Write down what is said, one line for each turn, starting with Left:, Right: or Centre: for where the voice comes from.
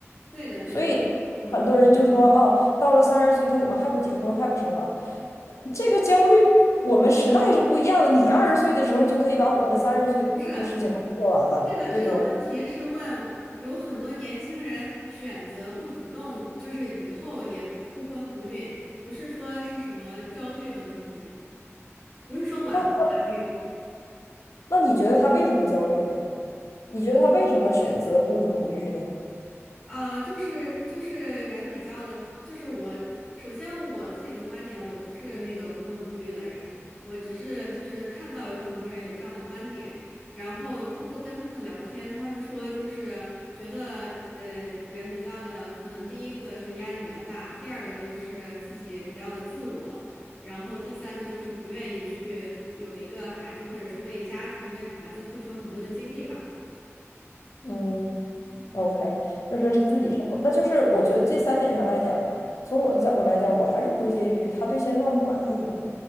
Centre: 对的，对的，
Left: 所以很多人就说哦，
Centre: 嗯，
Left: 到了三十岁他怎么还不结婚还不生娃？这个焦虑，我们时代是不一样的。你二十岁的时候就可以把我们三十岁的事情都做完了，
Centre: 不是这个这个问题是问有很多年轻人选择不主动，
Left: 对不？
Centre: 就是以后也不婚不孕，不是说是什么焦虑的问题，不是说晚婚晚育。
Left: 那那你觉得他为什么焦虑呢？你觉得他为什么选择不婚不育呢？
Centre: 呃，就是就是人比较的，就是我首先我自己的观点，我不是那个不婚不育的人，我只是就是看到有很多人有这样的观点，然后通过跟他们的聊天，他们说就是觉得呃人比较的，可能第一个是压力比较大，第二个就是自己比较的自我，然后第三个就是不愿意去有一个孩子，或者是为家庭为孩子付出很多的精力吧。
Left: 嗯，OK，就是说自己生活那就是我觉得这三点上来讲，
Centre: 嗯，
Left: 从我的角度来讲，我还是归结于他对现状不满意嘛，